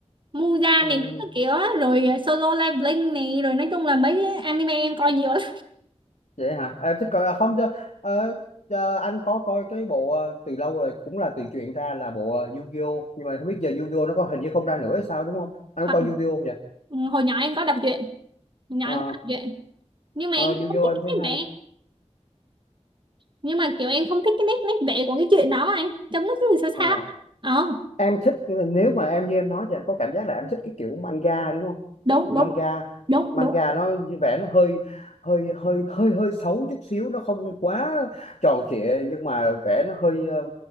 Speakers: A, on the right; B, on the left.
A: Muja
B: Ừ,
A: này các kiểu á rồi à, Solo Leveling này rồi nói chung là mấy cái anime em coi nhiều lắm
B: vậy hả à, thích coi à, không cho ờ, cho anh có coi cái bộ ờ, từ lâu rồi cũng là từ truyện ra là bộ ờ, Yu-Gi-Oh nhưng mà không biết giờ Yu-Gi-Oh nó có hình như không ra nữa hay sao đúng không anh
A: <laughs> Ờ.
B: có coi Yu-Gi-Oh không vậy
A: Ừ, hồi nhỏ em có đọc truyện hồi nhỏ
B: Ờ,
A: em có đọc truyện nhưng mà
B: ờ,
A: em
B: Yu-Gi-Oh
A: không thích
B: anh thấy
A: cái
B: hay
A: nét vẽ nhưng mà kiểu em không thích cái nét nét vẽ của cái chuyện đó anh trông nó cứ sao
B: Ờ,
A: sao ờ
B: em thích nếu mà em như em nói thì anh có cảm giác là em thích cái kiểu manga đúng không
A: đúng
B: manga
A: đúng đúng
B: manga
A: đúng
B: nó như vẻ nó hơi hơi hơi hơi hơi xấu chút xíu nó không quá tròn trịa nhưng mà vẻ nó hơi ờ,